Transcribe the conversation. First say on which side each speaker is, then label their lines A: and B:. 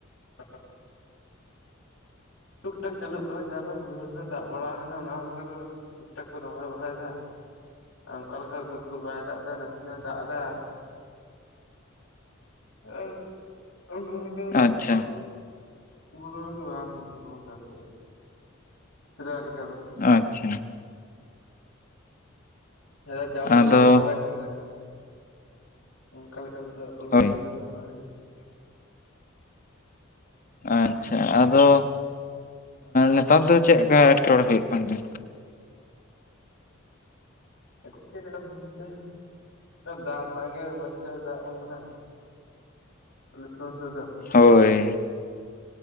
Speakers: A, on the left; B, on the left.
A: <inaudible> ᱴᱩᱠ ᱴᱟᱠ ᱪᱟᱹᱞᱩᱜ ᱠᱟᱱᱟ ᱡᱟᱠᱚ ᱵᱷᱤᱭᱟᱦ ᱛᱮ ᱫᱟᱜ ᱵᱟᱲᱟ ᱟᱠᱟᱱᱟ ᱚᱱᱟ ᱠᱚᱼᱼ ᱴᱩᱠ ᱴᱷᱟᱠ ᱠᱚ ᱨᱚᱦᱚᱭ ᱵᱟᱲᱟᱭᱮᱫᱟ ᱚᱱᱠᱟ ᱞᱮᱠᱟ ᱛᱮᱫ ᱵᱟᱭ ᱫᱟᱜ ᱮᱫᱟ ᱱᱟᱥᱮᱱᱟᱜᱮ ᱫᱟᱜ ᱮᱫᱟ ᱟᱨᱼᱼ ᱟᱨ ᱚᱱᱠᱟ ᱞᱮᱠᱟ ᱫᱟᱜ
B: ᱟᱪᱪᱷᱟ
A: ᱠᱚᱫᱚ ᱩᱨᱩ <unintelligible> ᱫᱟᱨᱟᱭ ᱫᱚ ᱵᱟᱝ ᱦᱩᱭᱩᱜ ᱠᱟᱱᱟ ᱚᱱᱠᱟ ᱞᱮᱠᱟ ᱜᱮ ᱥᱮᱫᱟᱭ ᱞᱮᱠ
B: ᱟᱪᱪᱷᱟ
A: ᱦᱮ ᱟᱭ ᱡᱟ ᱯᱚᱨᱤᱢᱟᱱ
B: ᱟᱫᱚ
A: ᱵᱚᱱ ᱨᱚᱦᱚᱭᱮᱫ ᱛᱟᱦᱮᱸᱱᱟ ᱚᱱᱠᱟ ᱞᱮᱠᱟ ᱛᱮᱫᱚ ᱟᱞᱩ
B: ᱦᱳᱭ
A: ᱨᱚᱦᱚᱭᱟ ᱫᱚ <unintelligible>
B: ᱟᱪᱪᱷᱟ ᱟᱫᱚ ᱱᱮᱛᱟᱨ ᱫᱚ ᱪᱮᱫᱠᱟ ᱮᱴᱠᱮᱴᱬᱮ ᱦᱩᱭᱩᱜ ᱠᱟᱱ ᱛᱮ?
A: ᱮᱴᱠᱮᱴᱚᱬᱮ ᱵᱚᱞᱛᱮ ᱚᱱᱠᱟ ᱫᱟᱜ ᱨᱮᱱᱟᱜ ᱜᱮ ᱢᱚᱡᱽ ᱛᱮ ᱫᱟᱜ ᱮᱢ ᱠᱟᱱᱟ ᱱᱟᱥᱮ ᱱᱟᱥᱮ ᱫᱚ
B: ᱦᱳᱭ